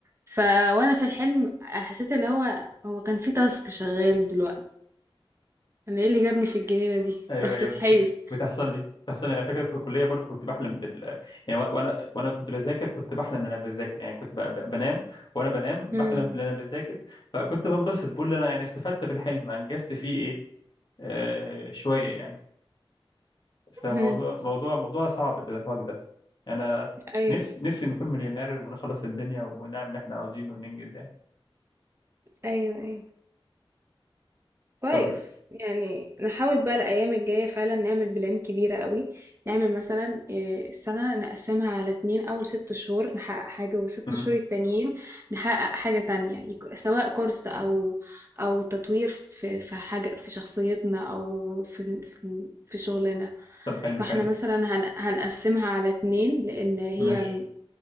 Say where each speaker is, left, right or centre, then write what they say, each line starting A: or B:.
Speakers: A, on the right (about 25°); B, on the left (about 55°).
A: ف وانا في الحلم حسيت اللي هو هو كان في تاسك شغال دلوقتي انا ايه اللي جابني في الجنينة دي
B: ايوه
A: <laughs> رحت
B: أيوة،
A: صحيت
B: ب- بتحصل لي بتحصل لي انا فاكر في الكليه برضو كنت بحلم بال يعني وانا وانا وأنا كنت بذاكر كنت بحلم ان انا بذاكر يعني كنت ب- ب- بنام وانا بنام
A: امم
B: بحلم ان انا بذاكر فكنت بنبسط بقول انا يعني استفدت بالحلم انجزت فيه ايه آه شويه يعني فموضوع
A: أمم.
B: موضوع موضوع صعب الارهاق ده انا
A: ايوه
B: نفسي نفسي نكون مليونير ونخلص الدنيا ونعمل اللي احنا عاوزينه وننجز يعني
A: ايوه ايوه كويس
B: طب
A: يعني نحاول بقى الايام الجايه فعلا نعمل بلان كبيره قوي نعمل مثلا آه، السنه نقسمها على اتنين اول ست شهور نحقق حاجه والست
B: مم.
A: شهور التانيين نحقق حاجه تانية يك- سواء كورس او او تطوير في في حاجه في شخصيتنا او في في في شغلنا
B: طب حلو
A: فاحنا
B: حلو
A: مثلا هن- هنقسمها على اتنين لان هي
B: ماشي